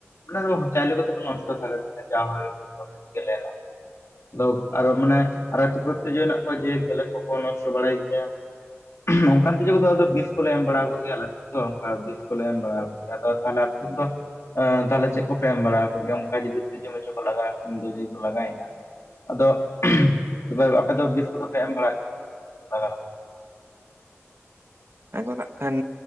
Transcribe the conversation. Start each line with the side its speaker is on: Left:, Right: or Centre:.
Left: ᱟᱱᱟ ᱫᱚ ᱪᱟᱭᱞᱮ ᱠᱚᱫᱚ ᱠᱚ ᱱᱚᱥᱴᱚ ᱛᱟᱞᱮ ᱡᱟ ᱦᱳᱭᱳᱜ-ᱟ ᱜᱮᱞᱮ᱾ ᱟᱫᱚ ᱟᱨᱚ ᱢᱟᱱᱮ ᱟᱨ ᱛᱮᱡᱳ ᱢᱮᱱᱟᱜ ᱠᱚᱣᱟ ᱡᱮ ᱜᱮᱞᱮ ᱠᱚᱠᱚ ᱱᱚᱥᱴᱚ ᱵᱟᱲᱟᱭ ᱜᱮᱭᱟ᱾ ᱚᱱᱠᱟ ᱛᱮᱡᱳ ᱠᱚᱫᱚ ᱟᱫᱚ ᱵᱤᱥ ᱠᱚᱞᱮ ᱮᱢ ᱵᱟᱲᱟ ᱟᱠᱚ ᱜᱮᱭᱟ ᱟᱞᱮ ᱥᱮᱫ ᱫᱚ ᱚᱱᱠᱟ ᱵᱤᱥ ᱠᱚᱞᱮ ᱮᱢ ᱵᱟᱲᱟᱣ ᱟᱫᱚ ᱛᱟᱦᱚᱸᱞᱮ ᱟᱯᱮ ᱥᱮᱫ ᱫᱚ ᱮᱸᱻ᱾ ᱪᱮᱫ ᱠᱚᱯᱮ ᱮᱢ ᱵᱟᱲᱟ ᱟᱠᱚ ᱠᱚᱜᱮᱭᱟ ᱚᱱᱠᱟ ᱡᱩᱫᱤ ᱛᱤᱡᱳ ᱢᱮᱡᱳ ᱠᱚ ᱞᱟᱜᱟᱜ-ᱟ ᱩᱱ ᱫᱚ ᱡᱩᱫᱤᱢ ᱞᱟᱜᱟᱭᱮᱱᱟ᱾ ᱟᱫᱚ ᱛᱚᱵᱮ ᱟᱯᱮ ᱫᱚ ᱵᱮᱥ ᱠᱚᱫᱚ ᱯᱮ ᱮᱢ ᱵᱟᱲᱟᱜ ᱜᱮᱭᱟ ᱞᱟᱜᱟᱜᱼᱟ <inaudible>
Right: ᱟᱫᱚ ᱱᱟᱜ ᱠᱷᱟᱱ